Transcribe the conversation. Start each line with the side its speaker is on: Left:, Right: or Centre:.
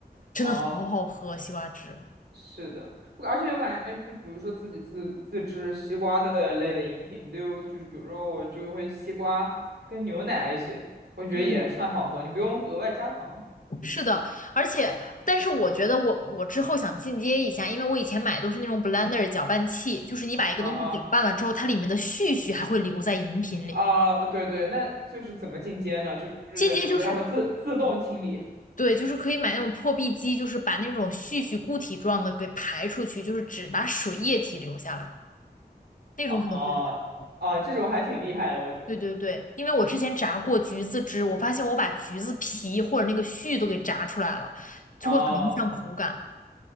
Left: 真的好好喝，
Right: 哦，
Left: 西瓜汁。
Right: 是的，我而且我感觉就比如说自己自自制西瓜的类的饮品，就就是比如说我就会西瓜跟牛奶一起，我觉得也算好喝，
Left: 嗯。
Right: 你不用额外加糖。
Left: 是的，而且，但是我觉得我我之后想进阶一下，因为我以前买的都是那种 blender 搅拌器，就是你把一个东西搅拌了之后，
Right: 嗯嗯
Left: 它里面的絮絮还会留在饮品里。
Right: 啊，对对，那就是怎么进阶呢？就是比如说它会自自动清理，
Left: 进阶就是对，就是可以买那种破壁机，就是把那种絮絮固体状的给排出去，就是只把水液体留下来，那种可能会更好。
Right: 啊啊，这种还挺厉害的，我觉得。
Left: 对对对，因为我之前炸过橘子汁，我发现我把橘子皮或者那个絮都给炸出来了，就会很影响口感。
Right: 啊，